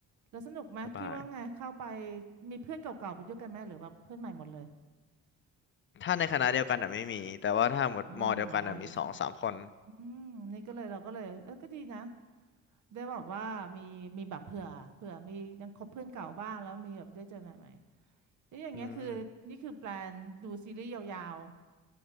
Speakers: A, on the right; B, on the left.
A: แล้วสนุกไหมคิดว่าไงเข้าไป
B: สบาย
A: มีเพื่อนเก่าๆไปด้วยกันไหมหรือแบบเพื่อนใหม่หมดเลย
B: ถ้าในคณะเดียวกันอ่ะไม่มีแต่ว่าถ้าหมดมอเดียวกันอ่ะมีสองสามคน
A: อ๋อมหาลัยใช่ไหมอืมนี่ก็เลยเราก็เลยเออก็ดีนะได้แบบว่ามีมีแบบเผื่อเผื่อมียังคบเพื่อนเก่าบ้างแล้วมีแบบได้เจอใหม่ๆแล้วอย่างเงี้ยคือนี่คือแปลนดูซีรีส์ยาว
B: อืม